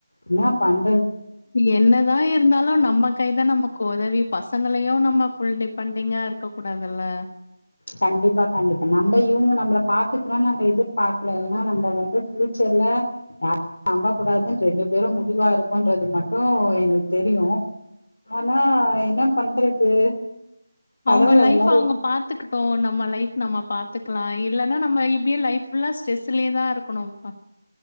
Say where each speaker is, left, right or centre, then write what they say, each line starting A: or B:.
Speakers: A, on the left; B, on the left.
A: ஏன்னா பண்
B: என்னதா இருந்தாலு நம்ம கை தா நம்மக் உதவி பசங்களையு நம்ம ஃபுல் டிபெண்டிங்கா இருக்க கூடாதுல்ல
A: கண்டிப்பா கண்டிப்பா நம்ம இவங்க நம்மள பாத்துக்கணும்னு நம்ம எதிர்பாக்கல ஏன்னா நம்ம வந்து ஃபியூச்சர்ல யா நம்ப கூடாதுன்னு ரெண்டு பேரு முடிவா இருக்கோம்ன்றது மட்டும் எனக்கு தெரியு ஆனா என்ன பண்றது
B: அவங்க
A: கடவுள்
B: லைஃப்ப
A: அது மாரி
B: அவங்க பாத்து த்துக்கிட்டோ நம்மள லைப் நம்ம பாத்துக்கலா இல்ன்னா நம்ம இப்டியே லைஃப்ல்லா ஸ்ட்ரெஸ்லயே தா இருக்கணும்ப்பா